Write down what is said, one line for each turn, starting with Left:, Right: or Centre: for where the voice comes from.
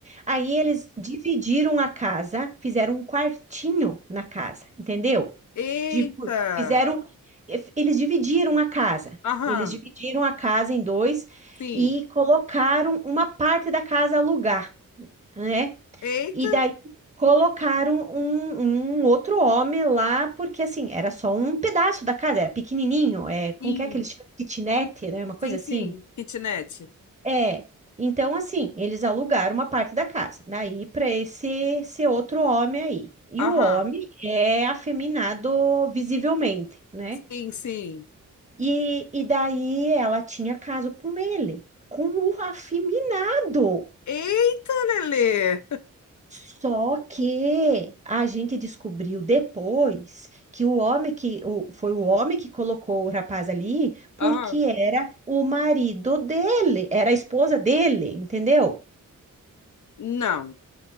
Right: Aí eles dividiram a casa, fizeram um quartinho na casa, entendeu?
Left: Eita!
Right: de- fizeram, eles dividiram a casa.
Left: Aham,
Right: Eles dividiram a casa em dois
Left: sim.
Right: e colocaram uma parte da casa a alugar, né?
Left: Eita!
Right: E daí colocaram um, um outro homem lá, porque assim, era só um pedaço da casa, era pequenininho, é, como
Left: Sim,
Right: que é que eles chamam? Kitnet, né? Uma coisa
Left: sim,
Right: assim.
Left: sim. Kitnet.
Right: É. Então, assim, eles alugaram uma parte da casa, daí para esse, esse outro homem aí. E
Left: Aham,
Right: o homem é afeminado visivelmente, né?
Left: sim, sim.
Right: E, e daí ela tinha caso com ele, com o afeminado.
Left: Eita, Lelê!
Right: Só que a gente descobriu depois que o homem que o, foi o homem que colocou o rapaz ali, porque
Left: Aham,
Right: era o marido dele, era a esposa dele, entendeu?
Left: não.